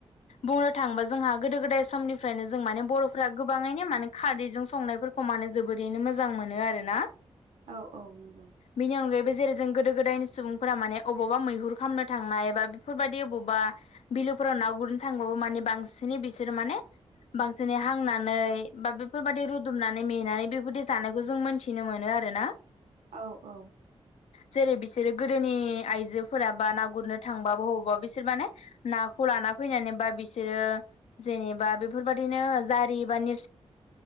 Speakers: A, on the left; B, on the right.
A: बुंनो थाङोबा जोंहा गोदो गोदाय समनिफ्रायनो जों माने बर'फोरा गोबाङैनो माने खारैजों संनायफोरखौ खमानो जोबोरैनो मोजां मोनो आरोना।
B: औ औ नंगौ
A: बिनि अनगायैबो जेरै जों गोदो गोदायनि सुबुंफोरा माने अबावबा मैहुर खालामनो थांनाय बा बेफोरबायाददि अबावबा बिलोफोराव ना गुरनो थांबाबो माने बांसिनै बिसोरो माने बांसिनै हांनानै बा बेफोरबायाददि रुदुमनानै मेनानै बेफोरबायदि जानायखौ जों मिथि थिनो मोनो आरो ना
B: औ औ
A: जेरै बिसोरो गोदोनि आइजोफोरा बा ना गुरनो थांबाबो अबावबा बिसोर माने नाखौ लाना फैनानै बा बिसोरो जेनेबा बेफोरबाददिनो जारि बा नोरसि